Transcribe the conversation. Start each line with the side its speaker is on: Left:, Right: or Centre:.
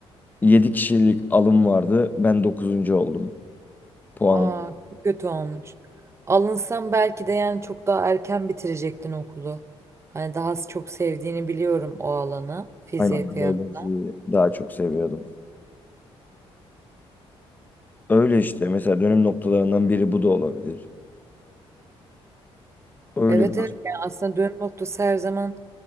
Left: 7 kişilik alım vardı. Ben dokuzuncu oldum. Puanım.
Right: Aa çok kötü olmuş. Alınsam belki de yani çok daha erken bitirecektin okulu. Hani daha çok sevdiğini biliyorum o alanı fiziğe
Left: Aynen
Right: kıyasla.
Left: biyolojiyi daha çok seviyordum. Öyle işte mesela dönüm noktalarından biri bu da olabilir. Öyle
Right: Evet
Left: bir
Right: evet yani aslında dönüm noktası her zaman